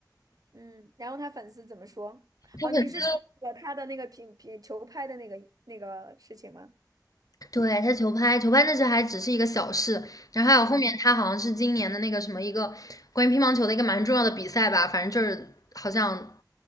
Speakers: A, on the right (about 55°); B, on the left (about 55°).
A: 嗯，然后他粉丝怎么说？
B: 他粉丝
A: 哦，你是说那个他的那个品品球拍的那个那个事情吗？
B: 对他球拍，球拍那时还只是一个小事，然后还有后面他好像是今年的那个什么一个关于乒乓球的一个蛮重要的比赛吧，
A: 嗯。
B: 反正就是好像